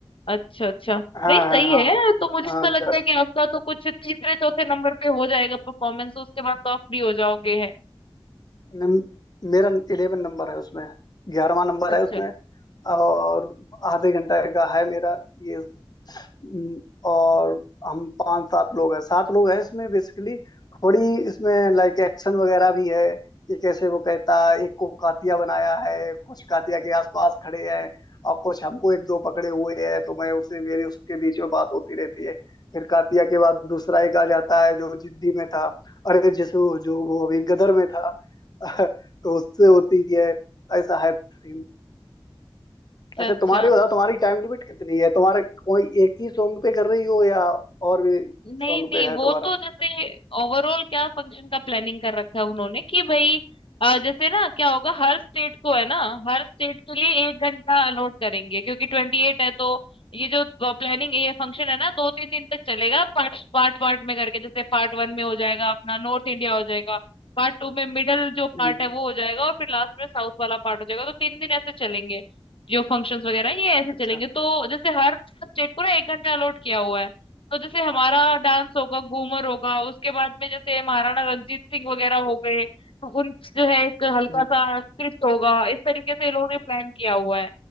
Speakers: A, on the left; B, on the left.
A: अच्छा अच्छा
B: हाँ
A: नहीं
B: हाँ
A: सही
B: हाँ
A: है तो मुझे
B: हाँ
A: तो लगता
B: हाँ,
A: है कि आपका तो कुछ तीसरे चौथे नंबर पे हो जाएगा परफॉर्मेंस उसके बाद तो आप फ्री हो जाओगे है
B: नम, मेरा इलेवन नंबर है उसमें ग्यारहवा नंबर
A: अच्छा
B: है उसमें और आधे घंटा का है मेरा ये हम्म, और हम पांच सात लोग हैं सात लोग हैं इसमें बेसिकली थोड़ी इसमें लाइक एक्शन वगैरह भी है कि कैसे वो कहता है, एक को कातिया बनाया है कुछ कातिया के आसपास खड़े हैं और कुछ हमको एक दो पकड़े हुए हैं तो मैं उसे मेरी उसके बीच में बात होती रहती है फिर कातिया के बाद दूसरा एक आ जाता है जो जिद्दी में था अरे जिस जो वो अभी गदर में था <laughs> तो उससे होती है ऐसा है सीन अच्छा
A: अच्छा अच्छा
B: तुम्हारी बताओ तुम्हारी टाइम लिमिट कितनी है तुम्हारे कोई एक ही सॉन्ग पे कर रही हो या और भी
A: नहीं
B: सॉन्ग
A: नहीं
B: पे
A: वो
B: है तुम्हारा
A: तो जैसे ओवरऑल क्या फंक्शन का प्लानिंग कर रखा है उन्होंने कि भाई अ, जैसे ना क्या होगा हर स्टेट को है ना हर स्टेट के लिए एक घंटा अलॉट करेंगे क्योंकि ट्वेंटी एट है तो ये जो प्लानिंग ये फंक्शन है ना दो तीन दिन तक चलेगा पार्ट पार्ट पार्ट में करके जैसे पार्ट वन में हो जाएगा अपना नॉर्थ इंडिया हो जाएगा पार्ट टू में मिडल जो पार्ट
B: हम्म
A: है वो हो जाएगा और फिर लास्ट में साउथ वाला पार्ट हो जाएगा तो तीन दिन ऐसे चलेंगे जो फंक्शंस वगैरह हैं, ये ऐसे
B: अच्छा
A: चलेंगे तो जैसे हर स्टेट को ना एक घंटा अलॉट किया हुआ है तो जैसे हमारा डांस होगा घूमर होगा उसके बाद में जैसे महाराणा रंजीत सिंह वगैरह हो गए तो उन जो है एक हल्का
B: हम्म
A: सा स्क्रिप्ट होगा इस तरीके से ये लोगों ने प्लान किया हुआ है